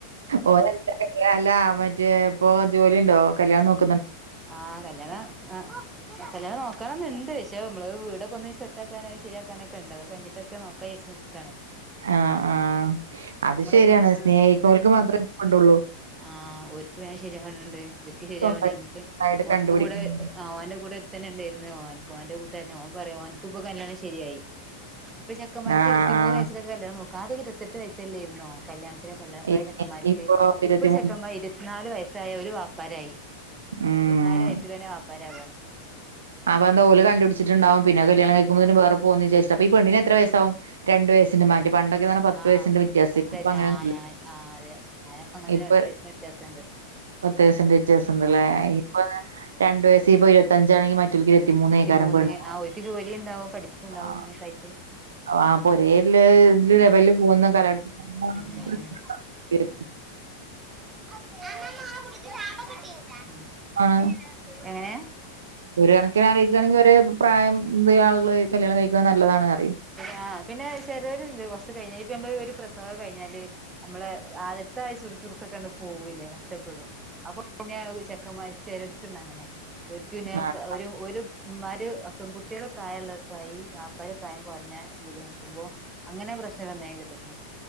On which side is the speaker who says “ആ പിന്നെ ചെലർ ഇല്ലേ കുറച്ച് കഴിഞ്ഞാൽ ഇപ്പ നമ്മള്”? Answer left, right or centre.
Right